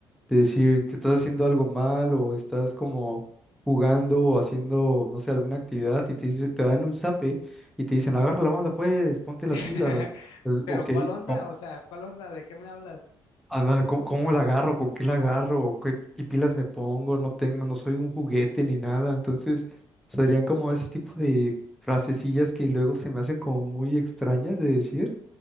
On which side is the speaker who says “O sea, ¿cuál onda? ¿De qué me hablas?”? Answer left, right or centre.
Left